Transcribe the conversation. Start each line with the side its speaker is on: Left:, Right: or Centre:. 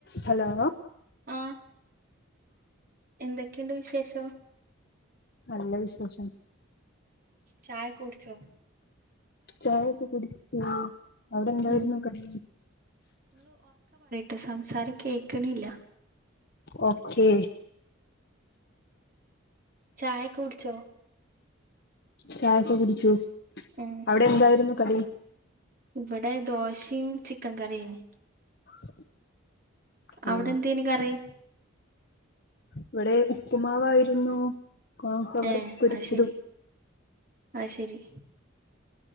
Left: Hello
Right: ആഹ് എന്തൊക്കെയുണ്ട് വിശേഷം
Left: നല്ല വിശേഷം
Right: ചായൊക്കെ കുടിച്ചോ
Left: ചായക്ക കുടിക്ക അവിടെന്തായിരുന്നു
Right: ഉം
Left: കടി
Right: മ് സംസാരം കേൾക്കണില്ല
Left: ഓകെ
Right: ചായ കുടിച്ചോ
Left: ചായൊക്കെ കുടിച്ചു
Right: ഉം
Left: അവിടെ എന്തായിരുന്നു കടി
Right: ഇവിടെ ദോശയും ചിക്കൻ കറിയും
Left: <unintelligible>
Right: അവിടെ
Left: ഉം
Right: എന്ത എനിക്കറി
Left: ഇവിടെ ഉപ്പുമാവായിരുന്നു കവർ
Right: ഏഹ്
Left: പൊരിച്ചതും
Right: അത് ശരി അത് ശരി